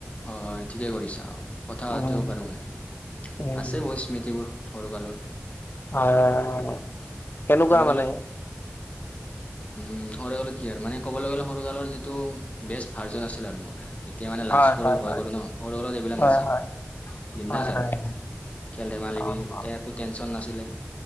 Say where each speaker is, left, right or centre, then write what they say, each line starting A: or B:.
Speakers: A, on the left; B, on the left.
A: হয় হয় ঠিকে কৰিছা আৰু কথা
B: উম,
A: পটোও পাৰো মানে
B: উম,
A: আছে ব স্মৃতিবোৰ সৰুকালৰ।
B: অ' কেনেকুৱা
A: সৰুকালত
B: মানে?
A: উম সৰু কালত কি আৰু মানে ক'বলৈ গ'লে সৰু কালৰ যিটো বেষ্ট ভাৰ্জন আছিল আৰু মোৰ। এতিয়া মানে লাজ
B: হয়,
A: কৰো
B: হয়,
A: ভয়
B: হয়,
A: কৰো ন, সৰু কালত এইবিলাক
B: হয়,
A: নাছিলে
B: হয়,
A: বিন্দাস
B: হয়, হয়,
A: আৰু। খেল ধেমালিবি
B: অ', অ',
A: একো টেনচন নাছিলে।